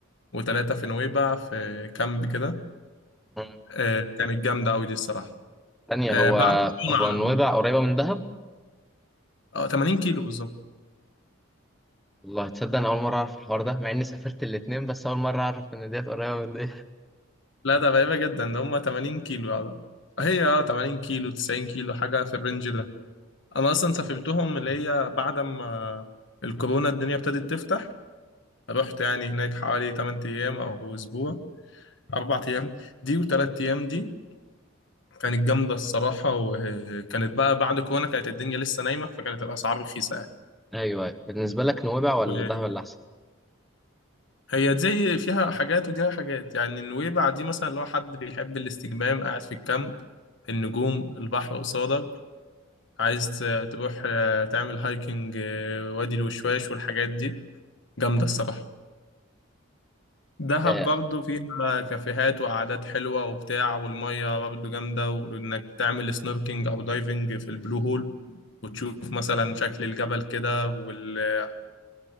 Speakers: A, on the left; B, in the centre.
A: وثلاثة في نويبع في كامب كده
B: مم.
A: آه، كانت جامدة أوي دي الصراحة
B: تانية
A: آه،
B: هو
A: بعد الكورونا
B: هو
A: على
B: نويبع
A: طول
B: قريبة من دهب
A: اه 80 كيلو بالظبط
B: والله تصدق أنا أول مرة أعرف الحوار ده مع إني سافرت الاتنين بس أول مرة أعرف إن ديت قريبة من ديت
A: لا ده غريبة جدا ده هما 80 كيلو يعني. هي اه 80 كيلو 90 كيلو حاجة في الرينج ده أنا أصلا سافرتهم اللي هي بعد ما الكورونا الدنيا ابتدت تفتح رحت يعني هناك حوالي 8 أيام أو أسبوع أربع أيام دي وتلات أيام دي كانت جامدة الصراحة وكانت بقى بعد كورونا كانت الدنيا لسه نايمة فكانت الأسعار رخيصة
B: <laughs> أيوه أيوه بالنسبة لك نويبع ولا
A: يعني
B: دهب اللي أحسن؟
A: هي زي فيها حاجات وديها حاجات يعني النويبع دي مثلا لو حد بيحب الاستجمام قاعد في الكامب النجوم البحر قصادك عايز ت- تروح آه، تعمل هايكنج آه، وادي الوشواش والحاجات دي جامدة
B: مم.
A: الصراحة دهب
B: آه،
A: برضه فيها كافيهات وقعدات حلوة وبتاع والمية برضه جامدة وإنك تعمل سنوركينج أو دايفنج في البلو هول وتشوف مثلا شكل الجبل كده وال...